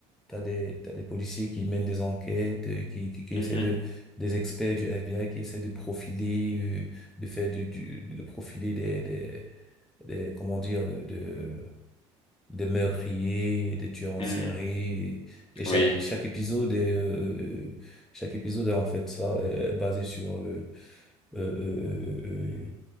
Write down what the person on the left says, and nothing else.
Mhm.
Hmm.
Oui.